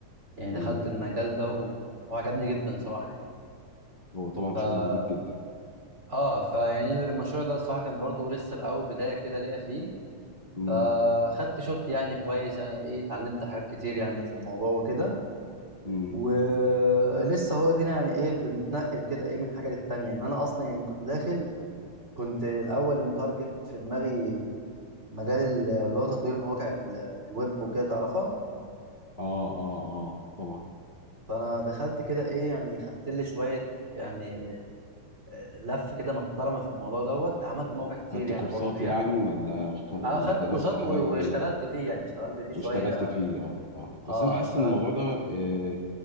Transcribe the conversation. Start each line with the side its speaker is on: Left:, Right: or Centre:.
Right: يعني
Left: مم.
Right: دخلت المجال ده و... وعجبني جدا صراحه يعني.
Left: هو طبعا
Right: ف
Left: شغل نضيف جدا
Right: اه فيعني المشروع ده الصراحه كان برضو لسه باول بدايه كده ليا فيه
Left: امم
Right: فخدت شوت يعني كويس يعني ايه اتعلمت حاجات كتير يعني في الموضوع وكده
Left: امم
Right: ولسه هو دينا يعني ايه بنتنقل كده ايه من حاجه للتانيه ان انا اصلا يعني كنت داخل كنت الاول متارجت في دماغي مجال ال- اللي هو تطوير مواقع ال- الويب وكده تعرفها
Left: آه آه آه طبعا
Right: فانا دخلت كده ايه يعني خدت لي شويه يعني آه، لف كده محترمه في الموضوع دوت عملت مواقع كتير
Left: خدت
Right: يعني
Left: كورسات
Right: برضو فيها
Left: يعني ولا خ... ولا
Right: اه خدت
Left: درست
Right: كورسات
Left: حاجة
Right: و- واشتغلت
Left: ولا
Right: فيه يعني اشتغلت فيه شويه
Left: واشتغلت فيه اه اه
Right: اه
Left: بس انا بحس
Right: اشتغلت
Left: ان الموضوع ده آه،